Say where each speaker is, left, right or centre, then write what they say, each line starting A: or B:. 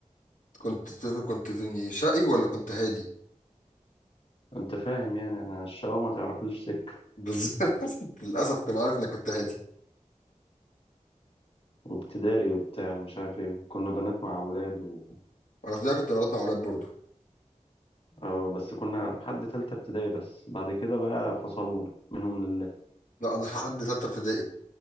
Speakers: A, on the left; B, on the left.
A: كنت كنت شقي ولا كنت هادي
B: انت فاهم يعني احنا الشقاوة ما تعرفليش سك
A: بالظبط <laughs> للاسف كنت عارف انك كنت هادي
B: وابتدائي وبتاع ومش عارف ايه كنا بنات مع اولاد و...
A: انا في البدايه كنت بنات مع اولاد برضو
B: اه بس كنا لحد تالتة ابتدائي بس بعد كده بقى فصلونا منهم لله
A: لا انا لحد سته ابتدائي